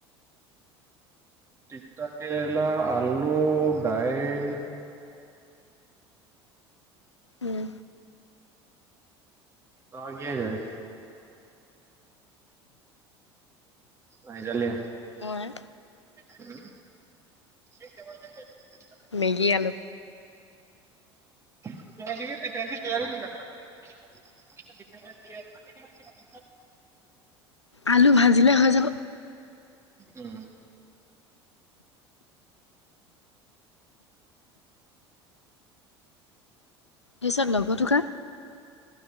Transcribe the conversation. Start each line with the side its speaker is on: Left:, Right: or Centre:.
Right: তিতা কেৰেলা, আলু, দাইল।
Left: উম।
Right: তই কা কিহে সিজালি? না সিজালিয়ে?
Left: মই
Right: উম। <unintelligible>
Left: মেগী আলু।
Right: <unintelligible>
Left: আলু ভাজিলে হৈ যাব।
Right: উম।
Left: পিছত লগৰটো কা?